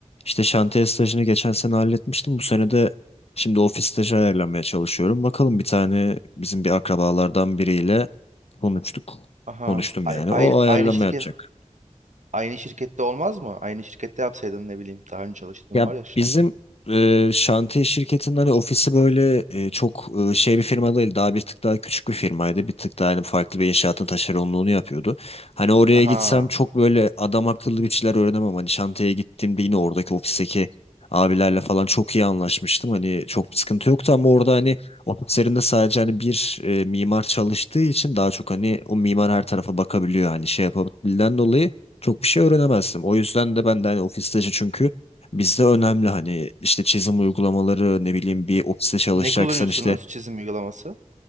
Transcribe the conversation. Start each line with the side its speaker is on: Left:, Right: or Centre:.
Left: İşte şantiye stajını geçen sene halletmiştim. Bu sene de şimdi ofis stajı ayarlamaya çalışıyorum. Bakalım bir tane bizim bir akrabalardan biriyle konuştuk.
Right: Aha,
Left: Konuştum
Right: ay-
Left: yani.
Right: aynı
Left: O ayarlama
Right: aynı şirket
Left: yapacak.
Right: aynı şirkette olmaz mı? Aynı şirkette yapsaydın ne bileyim. Daha önce çalıştığın
Left: Ya
Right: var ya şantiyede.
Left: bizim e, şantiye şirketinin hani ofisi böyle e, çok e, şey bir firma değil. Daha bir tık daha küçük bir firmaydı. Bir tık daha hani farklı bir inşaatın taşeronluğunu yapıyordu. Hani oraya
Right: Aha.
Left: gitsem çok böyle adam akıllı bir şeyler öğrenemem. Hani şantiyeye gittiğimde yine oradaki ofisteki abilerle falan çok iyi anlaşmıştım. Hani çok bir sıkıntı yoktu ama orada hani ofislerinde sadece hani bir e, mimar çalıştığı için daha çok hani o mimar her tarafa bakabiliyor. Hani şey yapabildiğinden dolayı çok bir şey öğrenemezdim. O yüzden de ben de hani ofiste çünkü Bizde önemli hani işte çizim uygulamaları ne bileyim bir ofiste çalışacaksan
Right: Ne kullanıyorsunuz
Left: işte
Right: çizim uygulaması?